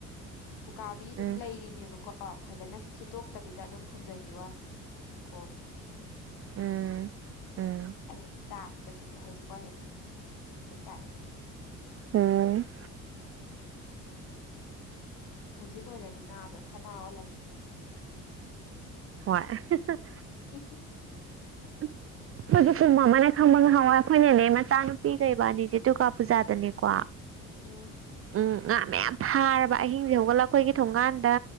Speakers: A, on the left; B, on the right.
A: ꯎꯀꯥꯕꯤ
B: ꯎꯝ
A: ꯗꯨꯝ ꯂꯩꯔꯤꯅꯦꯕꯀ ꯀꯣ ꯐꯖꯅ ꯁꯤꯠꯇꯣꯛꯇꯕꯤꯗ ꯑꯗꯨꯝ ꯐꯨꯝꯖꯟꯒꯤꯕꯥꯅꯤ ꯀꯣꯝꯗ
B: ꯎꯝ ꯎꯝ
A: ꯑꯩꯅ ꯆꯥꯛꯄꯖꯤꯗꯤ ꯍꯧꯖꯤꯛꯐꯥꯎ ꯍꯦꯛ ꯆꯥꯛꯏ
B: ꯎꯝ
A: ꯍꯧꯖꯤꯛ ꯑꯣꯏꯔꯗꯤ ꯉꯥꯗꯣ ꯁꯅꯥ ꯑꯣꯜꯂꯅꯤ
B: <unintelligible>
A: ꯍꯦꯍꯦ
B: <inaudible> ꯈꯣꯏꯁꯨ ꯀꯨꯝꯑꯃꯅꯦ ꯈꯪꯕ꯭ꯔ ꯉꯍꯥꯋꯏ ꯑꯩꯈꯣꯏꯅꯦꯅꯦ ꯃꯆꯥꯅꯨꯄꯤꯒ ꯑꯕꯅꯤꯁꯦ ꯗꯨꯔꯒꯄꯨꯖꯥꯗꯅꯦꯀꯣ
A: ꯎꯝ
B: ꯎꯝ ꯉꯥ ꯃꯌꯥꯝ ꯐꯥꯔꯕ ꯑꯍꯤꯡꯁꯦ ꯍꯧꯒꯠꯂ ꯑꯩꯈꯣꯏꯒꯤ ꯊꯣꯡꯒꯥꯟꯗ